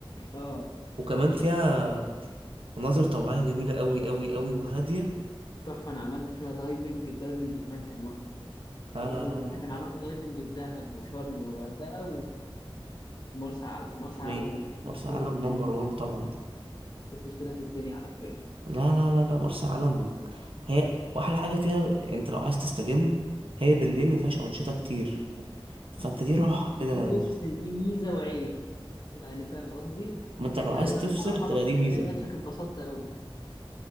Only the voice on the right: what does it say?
وكمان فيها مناظر طبيعية جميلة أوي أوي أوي وهادية
لا
لا لا لا
حي-
يعني
مرسى
علم
نمبر
وان طبعا ده
لا لا لا لا مرسى علم هي وأحلى حاجة فيها أنت لو عايز تستجم هي بالليل مفيهاش أنشطة كتير فأنت
دي راحة
كده
ما أنت لو
عايز
تفصل
تبقى
دي
ميزة